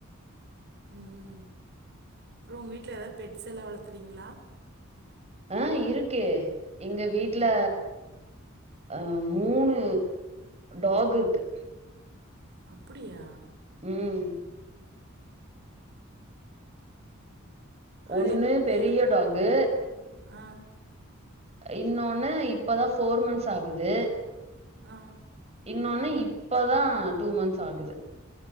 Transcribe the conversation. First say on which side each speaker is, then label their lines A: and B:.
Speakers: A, on the right (about 55°); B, on the right (about 30°).
A: உம் உ அப்புறம் உங்க வீட்டுல ஏதாவது பெட் செல்லாம் வளக்குறீங்களா
B: ஆஹ இருக்கே எங்க வீட்டு்ல
A: ம்
B: அஹ மூணு டாகு இருக்கு
A: அப்புடியா
B: உம்
A: அது
B: ஒன்னு
A: எப்டி
B: பெரிய டாகு
A: ஆ
B: இன்னொன்னு இப்பதான் போர் மன்ஸ் ஆகுது
A: ஆஹ்
B: இன்னொன்னே இப்பதான் டூ மன்ஸ் ஆகுது